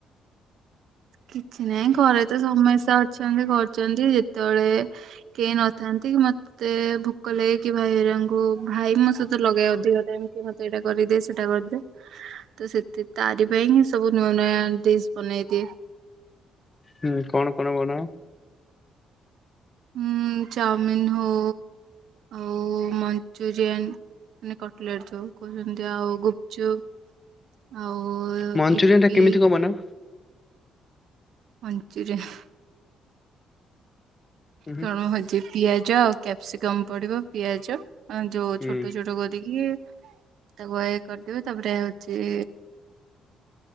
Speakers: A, on the right; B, on the left.
A: କିଛି ନାହିଁ ଘରେ ତ ସମସ୍ତେ ଅଛନ୍ତି କରୁଚନ୍ତି। ଯେତେବେଳେ କେ ନଥାନ୍ତି କି ମୋତ ତେ ଭୁକ ଲାଗେ କି ଭାଇହେରାଙ୍କୁ ଭାଇ ମୋ ସହିତ ଲଗାଏ ଅଧିକ ଟାଇମ୍ କି ମୋ ତେ ଏଇଟା କରିଦେ, ସେଟା କରିଦେ। ତୁ ସେ-ତେ-ତେ ତାରି ପାଇଁ ହିଁ ସବୁ ନୂଆ ନୂଆ ଡିସ୍ ବନେଇଦିଏ।
B: ହୁଁ କଣ କଣ ବନାଅ?
A: ହୁଁ ଚଉମିନ୍ ହଉ ଆଉ ମଞ୍ଚୁରିଆନ୍ ମାନେ କଟଲେଟ ଯଉ କହୁଛନ୍ତି ଆଉ ଗୁପଚୁପ ଆଉ
B: ମଞ୍ଚୁରିଆନ
A: ଇପି
B: ଟା କେମିତି କଣ ବନାଅ?
A: ମଂଞ୍ଚୁରିଆ
B: ହୁଁ
A: ଚଣ ଭାଜି ପିଆଜ ଆଉ କ୍ୟାପ୍ସିକମ୍ ପଡ଼ିବ ପିଆଜ ଯୋଉ
B: ହୁଁ
A: ଛୋଟ ଛୋଟ କରିକି ତାକୁ ଏ କରିଦେବ ତା ପରେ ଏ ହଉଛି